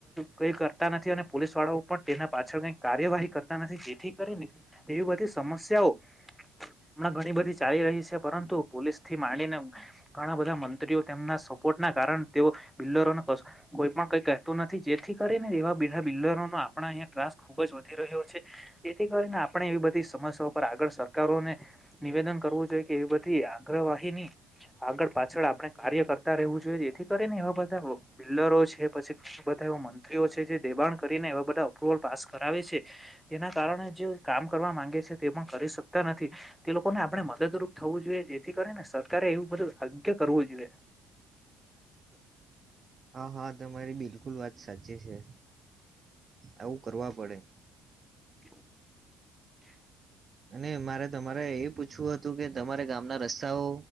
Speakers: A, in the centre; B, on the right (about 40°).
A: કઈ કરતા નથી અને પોલીસ વાળાઓ પણ તેના પાછળ કાંઈ કાર્યવાહી કરતા નથી. જેથી કરીને એવી બધી સમસ્યાઓ
B: <unintelligible>
A: હમણાં ઘણી બધી ચાલી રહી છે પરંતુ પોલીસ થી માંડીને ઘણા બધા મંત્રીઓ તેમના સપોર્ટ ના કારણ તે બિલ્ડરોને કોઈ પણ કઈ કતું નથી જેથી કરીને એવા બિલ્ડરો આપણા અહીંયા ત્રાસ ખુબ જ વધી રહ્યો છે. જેથી કરીને આપણે એવી બધી સમસ્યા આગળ સરકારોને નિવેદન કરવું જોઈએ કે એ બધી આગ્રવાહીની આગળ પાછળ આપણે કાર્ય કરતા ર રહેવું જોઈએ. જેથી કરી ને એવા બધા બિલ્ડરો છે પછી બધા એવા મંત્રીઓ છે જે દેબાણ કરીને એવા બધા અપ્રુવલ પાસ કરાવે છે. એના કારણે જે કામ કરવા માંગે છે તે પણ કરી શકતા નથી. તે લોકોને આપણે મદદરૂપ થવું જોઈએ જેથી કરીને સરકારે એવું બધ ભાગ્ય કરવું જુવે.
B: હા હા તમારી બિલકુલ વાત સાચી છે. આવું કરવા પડે.
A: <inaudible>
B: અને મારે તમારે એ પૂછવું હતું કે તમારે ગામના રસ્તાઓ